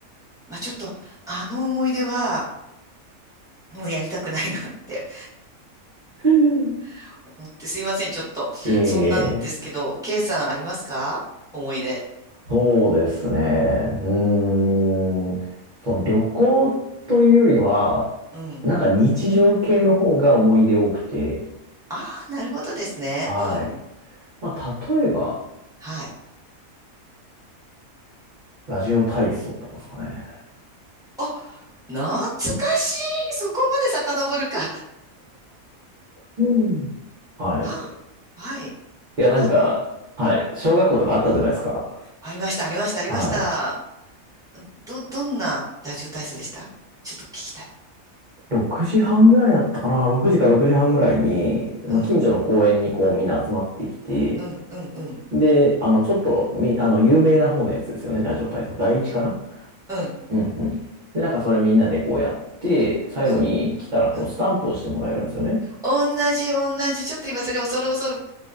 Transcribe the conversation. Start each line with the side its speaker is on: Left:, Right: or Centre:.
Centre: まあ、ちょっと、あの思い出は、もうやりたくないなって
Right: うん。
Centre: <laughs> 思って、すいません、ちょっと、
Right: <laughs>
Centre: そんなんですけど、
Right: ええ
Centre: K さんありますか思い出。
Right: そうですね。うーん。そう、旅行というよりは、
Centre: うん。
Right: なんか日常系の方が思い出多くて。
Centre: ああ、なるほどですね。
Right: はい。
Centre: うん。
Right: まあ、例えば、
Centre: はい。
Right: ラジオ体操とかですかね。
Centre: あ、懐かしい。そこまで遡るか。
Right: うん。はい。
Centre: あ、はい。
Right: いや、なんか、
Centre: あの、
Right: はい。小学校とかあったじゃないですか。
Centre: ありました、ありました、ありました。
Right: は
Centre: ど、どんなラジオ体操でしたちょっと聞きたい。
Right: い。6時半ぐらいだったかな。6時か6時半ぐらいに、
Centre: うん、
Right: まあ、近所の公園にこうみんな集まってきて、
Centre: うん、うん、うん、
Right: で、あの、ちょっと、み、あの、有名な方のやつですよね。ラジオ体操。第一かな
Centre: うん、
Right: うんうん。で、なんかそれみんなでこうやって、最後に来たらこうスタンプをしてもらえるんですよね。
Centre: うん。うん同じ同じ。ちょっと今それ恐る恐る